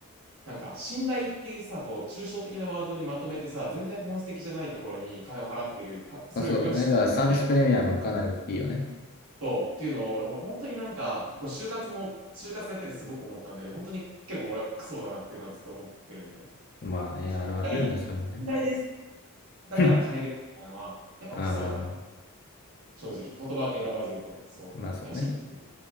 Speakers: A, on the right (about 70°); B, on the left (about 45°).
A: なんか、信頼っていうさ、こう、抽象的なワードにまとめてさ、全然本質的じゃないところに金を払ってる、はそれをよしと、
B: まあそうだね。だからサービスプレミアムはかなり大きいよね。
A: ね、そうっていうのを、俺、ほら本当になんか、こう就活も、就活やっててすごく思ったんだけど、本当に結構俺はクソだなっていうのはずっと思ってるんだよね。
B: まあね、
A: 信頼
B: あるあるだよね、そういうのね。
A: 信頼です。だから金ですみたいなのは、
B: <laughs> う
A: やっぱクソだな、
B: ん。
A: 正直。言葉選ばず言うと。そう。
B: まあそうね。
A: 何しに